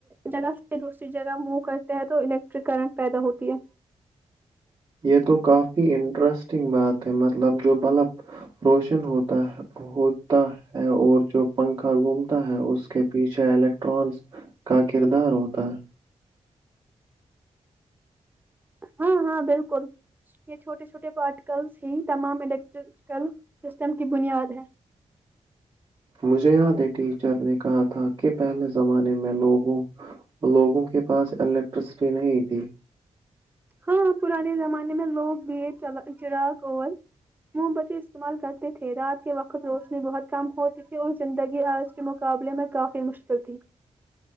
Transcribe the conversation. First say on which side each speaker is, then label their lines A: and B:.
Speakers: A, on the right; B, on the right.
A: جگہ سے دوسری جگہ موو کرتے ہیں تو الیکٹرک کرنٹ پیدا ہوتی ہے
B: یہ تو کافی انٹرسٹنگ بات ہے مطلب جو بلب روشن ہوتا ہوتا ہے اور جو پنکھا گھومتا ہے اس کے پیچھے الیکٹ ٹرانس کا کردار ہوتا ہے
A: ہاں ہاں بالکل یہ چھوٹے چھوٹے پارٹیکلس ہی تمام الیکٹریکل سسٹم کی بنیاد ہے
B: مجھے یاد ہے ٹیچر نے کہا تھا کہ پہلے زمانے میں لوگوں لوگوں کے پاس الیکٹرسٹی نہیں تھی
A: ہاں پرانے زمانے میں لوگ بھی ہے چراغول موم بچے استعمال کرتے تھے رات کے وقت روشنی بہت کم ہوتی تھی اور زندگی آج کے مقابلے میں کافی مشکل تھی